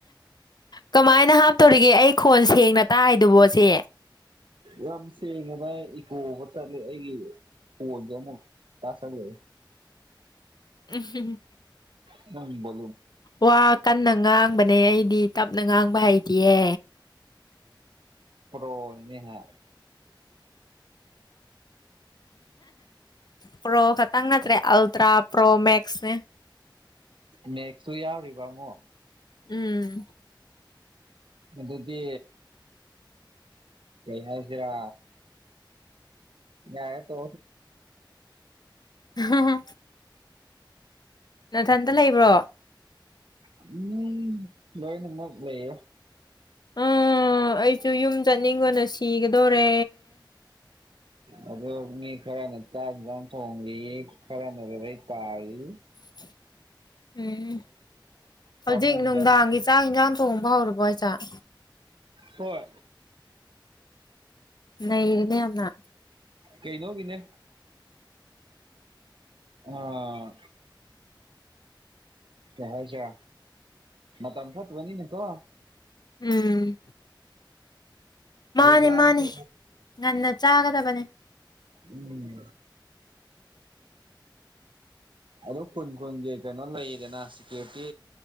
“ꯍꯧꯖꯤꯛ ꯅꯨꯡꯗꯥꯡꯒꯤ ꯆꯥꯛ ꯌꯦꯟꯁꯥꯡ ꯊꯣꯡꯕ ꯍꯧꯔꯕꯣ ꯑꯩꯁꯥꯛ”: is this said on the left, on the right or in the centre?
Left